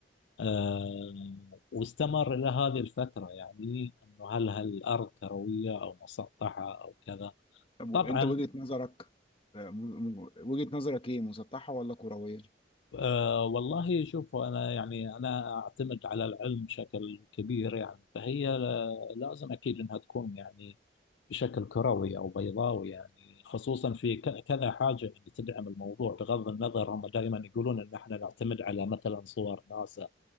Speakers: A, on the left; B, on the left.
A: آه واستمر إلى هذه الفترة يعني أنه هل هل الأرض كروية أو مسطحة أو كذا
B: طب و-
A: طبعا
B: انت وجهة نظرك آه، م- م- وجهة نظرك ايه مسطحة ولا كروية
A: آه والله شوف أنا يعني أنا أعتمد على العلم بشكل كبير يعني فهي لا- لازم أكيد أنها تكون يعني بشكل كروي أو بيضاوي يعني خصوصا في ك- كذا حاجة يعني تدعم الموضوع بغض النظر هم دائما يقولون أن احنا نعتمد على مثلا صور ناسا